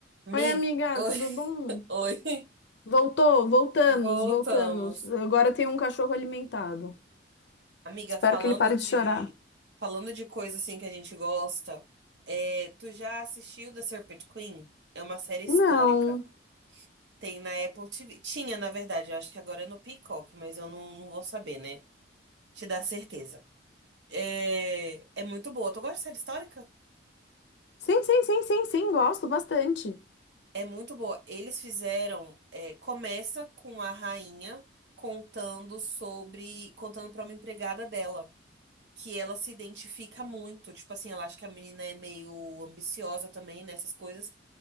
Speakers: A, on the right; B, on the left.
A: Mi...
B: Oi, amiga,
A: Oi,
B: tudo bom?
A: <laughs> oi.
B: Voltou, voltamos,
A: Voltamos.
B: voltamos. Agora tem um cachorro alimentado.
A: Amiga,
B: Espero
A: falando
B: que ele pare
A: de
B: de chorar.
A: falando de coisa assim que a gente gosta, é, tu já assistiu The Serpent Queen? É uma série histórica.
B: Não.
A: Tem na Apple TV. Tinha, na verdade, eu acho que agora é no Peacock, mas eu não, não vou saber, né? Te dar certeza. É, é muito boa. Tu gosta de série histórica?
B: Sim, sim, sim, sim, sim, gosto bastante.
A: É muito boa. Eles fizeram. é, começa com a rainha contando sobre. contando pra uma empregada dela. que ela se identifica muito. Tipo assim, ela acha que a menina é meio ambiciosa também, né? Essas coisas.